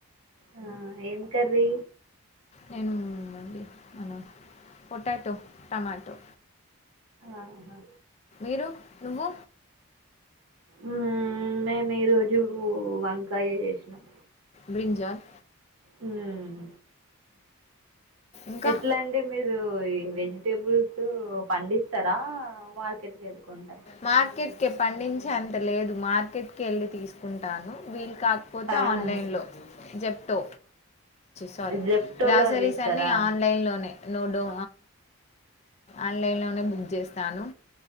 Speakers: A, on the right; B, on the left.
A: ఆ ఏమ్ కర్రీ
B: నేను అండి మనం పొటాటో టమాటో
A: ఆహా
B: మీరు నువ్వు
A: ఉ మేము ఈ రోజు వంకాయ చేసినాం
B: బ్రింజల్
A: హ్మ్మ్
B: ఇంకా
A: ఎట్లా అండి మీరు వెజిటేబుల్స్ పండిస్తారా మార్కెట్ కి వెళ్లి కొంటార
B: మార్కెట్ కే పండించే అంత లేదు మార్కెట్ కే వెళ్ళి తీసుకుంటాను వీళు కాకపోతే
A: ఆ
B: ఆన్లైన్లో జెప్టో సారీ
A: జెప్టోలో
B: గ్రాసరీస్
A: చేస్తారా
B: అన్ని ఆన్లైన్లో లోనే నోడుో ఆన్లైన్ లోనే బుక్ చేస్తాను